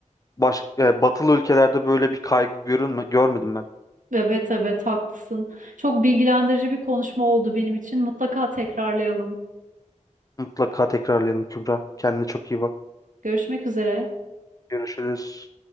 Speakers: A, on the left (about 25°); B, on the right (about 75°).
A: baş, e, batılı ülkelerde böyle bir kaygı görünme, görmedim ben.
B: Evet evet haklısın. Çok bilgilendirici bir konuşma oldu benim için. Mutlaka tekrarlayalım.
A: Mutlaka tekrarlayalım Kübra. Kendine çok iyi bak.
B: Görüşmek üzere.
A: Görüşürüz.